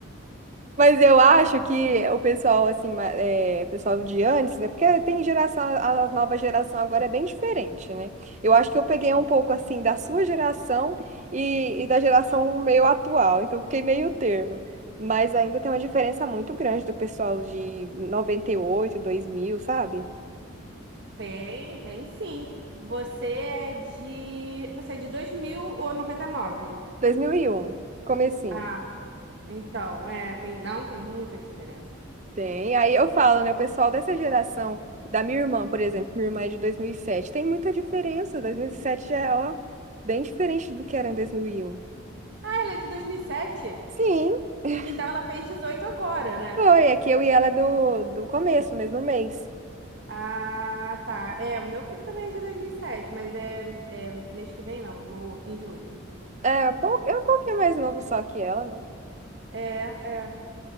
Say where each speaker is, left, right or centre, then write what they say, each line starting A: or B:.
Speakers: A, on the right (about 35°); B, on the right (about 55°).
A: Mas eu acho que o pessoal, assim, ma- é, pessoal de antes, é porque tem geração, a a nova geração agora é bem diferente, né? Eu acho que eu peguei um pouco, assim, da sua geração e, e da geração meio atual, então fiquei meio termo. Mas ainda tem uma diferença muito grande do pessoal de noventa e oito dois mil sabe?
B: <laughs> Tem, tem sim. Você é de você é de 2000 ou noventa e nove
A: dois mil e um comecinho.
B: Ah, então, é, tem, não, tem muita diferença.
A: Tem. Aí eu falo, né? O pessoal dessa geração, da minha irmã, por exemplo, minha irmã é de 2007, tem muita diferença. 2007 já é, ó, bem diferente do que era em 2001.
B: Ah, ela é de dois mil e sete
A: Sim, <laughs>
B: Então ela fez 18 agora, né?
A: foi. É que eu e ela é do, do começo, mesmo mês.
B: Ah, tá. É, o meu filho também é de 2007, mas é, é mês que vem, não, no, em julho.
A: É, pou- é um pouquinho mais novo só que ela, né?
B: É, é,